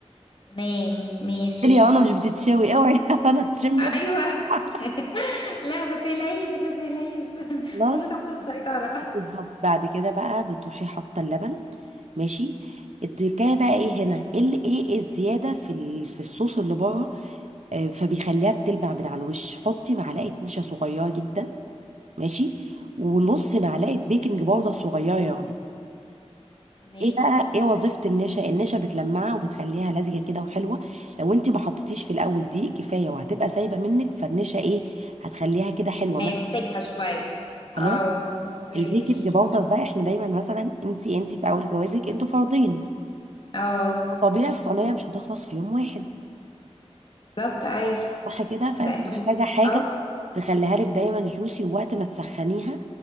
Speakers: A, on the left; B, on the right.
A: تمام ماشي
B: بتتقلي يا رنا مش بتتشوي اوعي يا رنا تشمي ريحة
A: ايوه
B: <laughs>
A: <laughs> لا ما تقلقيش ما تقلقيش <laughs>
B: خلاص
A: كله تحت السيطرة
B: بالظبط بعد كده بقى بتروحي حاطه اللبن ماشي التكايه بقى ايه هنا ايه ال- ايه إيه الزياده في ال- في الصوص اللي بره آه، فبيخليها بتلمع من على الوش حطي معلقه نشا صغيره جدا ماشي ونص معلقه
A: ماشي
B: بيكنج باودر صغيره يعني
A: تمام
B: ايه بقى ايه وظيفه النشا النشا بتلمعها وبتخليها لزجه كده وحلوه لو انت ما حطيتيش في الاول دي كفايه وهتبقى سايبه منك فالنشا ايه هتخليها كده حلوه
A: تمام
B: مثلا
A: امسكها شوية
B: خلاص.
A: اه اوكي
B: البيكنج باودر بقى احنا دايما مثلا انتي انتي في اول جوازك انتوا فردين
A: اه
B: طبيعي الصينيه مش هتخلص في يوم واحد
A: بالظبط ايوه
B: صح كده فانت
A: ده اكيد
B: محتاجه حاجه
A: اه
B: تخليها لك دايما جوسي ووقت ما تسخنيها